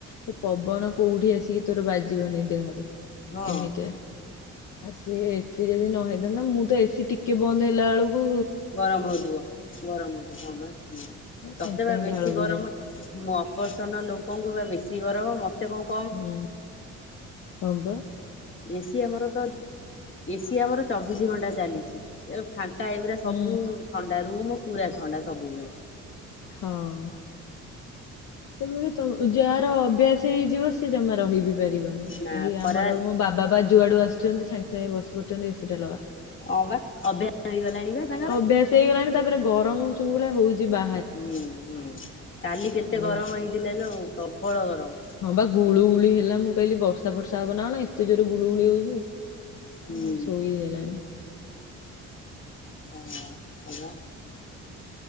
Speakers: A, on the left; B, on the left.
A: ସେ ପବନ କୋଉଠି ଆସିକି ତୋର ବାଜିବନି ଦେହରେ।
B: ହଁ
A: ଏମିତିଆ। ଆଉ ସିଏ ଏ ସିି ଯଦି ନହେଇଥାନ୍ତା ମୁଁ ତ ଏ ସି ଟିକେ ବନ୍ଦ ହେଲାବେଳୁକୁ
B: ଗରମ ହଉଥିବ ଗରମ ହଉଥିବ ହଁ ପା ହୁଁ ତତେ
A: ସାଙ୍ଗେ ସାଙ୍ଗେ
B: ବା ବେଶୀ
A: ଝାଳ ବୋହିଯାଉଛି
B: ଗରମ ମୁଁ ଅପରସନ ଲୋକଙ୍କୁ ପା ବେଶୀ ଗରମ ମୋତେ କଣ କ
A: ହୁଁ ହଁ ପା।
B: ଏସି ଆମର ତ ଏସିି ଆମର ଚବିଶି ଘଣ୍ଟା ଚାଲିଚି ଏ ଫାଙ୍କା ଏଇଗୁରା
A: ହୁଁ
B: ସବୁ ଥଣ୍ଡା ରୁମୁ ପୁରା ଥଣ୍ଡା ସବୁବେଳେ।
A: ହଁ। ସେତେବଳେ ତମ ତ ଯାହାର ଅଭ୍ୟାସ ହେଇଯିବ ସେ ଜମା ରହିବି। ପାରିବନି
B: ନା
A: ଏଇ
B: ଖରା
A: ଆମର ମୋ ବାବା ବା ଯୁଆଡୁ ଆସଛନ୍ତି ସାଙ୍ଗେ ସାଙ୍ଗେ ବସ କହୁଚନ୍ତି ଏସି ଟା ଲଗା
B: ହଁ ବା ଅଭ୍ୟାସ ହେଇଗଲାଣି ବା ତାଙ୍କର।
A: ଅଭ୍ୟାସ ହେଇଗଲାଣି ତାପରେ ଗରମ ହଉଚ। ହୁଳା ହଉଚି ବା।
B: ହୁଁ ହୁଁ କାଲି କେତେ
A: ଆଉ
B: ଗରମ ହେଇଥିଲା ଲୋ ପ୍ରବଳ ଗରମ୍।
A: ହଁ ବା ଗୁଳୁ ଗୁଳି ହେଲା ମୁଁ କହିଲି ବର୍ଷା ଫର୍ଷା ହବ ନା କଣ ଏତେ ଜୋରେ ଗୁଳୁଗୁଳି ହଉଚି।
B: ହୁଁ
A: ମୁଁ ଶୋଇ ହେଲାନି।
B: ହଁ ହଁ ବା।